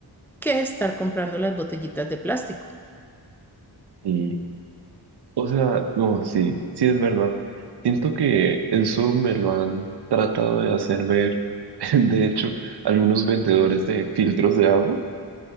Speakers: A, in the centre; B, on the right.
A: que estar comprando las botellitas de plástico.
B: Y, o sea, no, sí, sí es verdad. Siento que eso me lo han tratado de hacer ver, <laughs> de hecho, algunos vendedores de filtros de agua